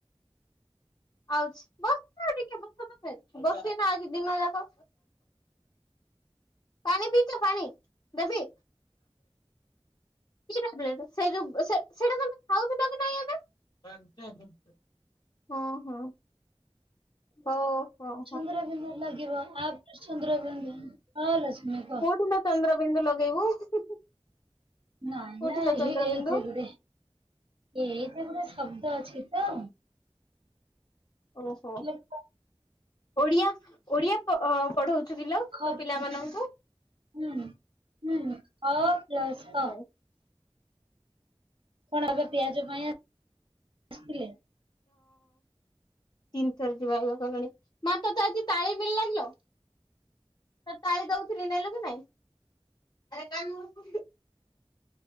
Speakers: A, on the left (about 45°); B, on the right (about 60°).
A: ଆଉଛି ବସ ଟିକେ ବସ ତମେ ବସିନ ଆଜି ଦିନ ଯାକ। ପାଣି ପପିଇଚ ପାଣି ଦେବି। କି ଟାବଲେଟ ସେଇଜୌ ସେ ସେଇଟା ତମେ କହୁଥିଲ କି ନାଇଁ ଏବେ <unintelligible> ହଁ ହଁ। ହଉ ହୋ
B: ଚନ୍ଦ୍ର ବିନ୍ଧୁ ଲାଗିବ ଆପ ଚନ୍ଦ୍ର ବିନ୍ଧୁ। ହଁ ଲକ୍ମୀ କ।
A: କୋଉଠିଲୋ ଚନ୍ଦ୍ରବିନ୍ଦୁ <unintelligible>
B: ନାଇଁ
A: କୋଉଠିଲୋ
B: ନା ଏହେ
A: ଚନ୍ଦ୍ରବିନ୍ଦୁ
B: ଏଇଠେ ଗୋଟେ ଏଇଠି ଗୋଟେ ଶବ୍ଦ ଅଛିତ
A: ଓହୋ
B: ଲେଖ
A: ଓଡିଆ ଓଡିଆ ପ ଅ ପଢ଼ୋଉ ଥିଲ
B: ଖ
A: ତୋ ପିଲାମାନଙ୍କୁ।
B: ଟେ ହୁଁ ହୁଁ ଅ ପ୍ଲସ କ
A: ହଁ
B: କଣ ଏବେ ପିଆଜ ପାଇଁ ଆସିଥିଲେ?
A: ତିନିଥର ଯିବା ଇଏ କଲଣି ମା ତତେ ଆଜି ତାଳି ବିିଲା ଲାଗିଲୋ। ତୋ ତାଳି ଦଉଥିଲି ନେଲୁ କି ନାଇଁ?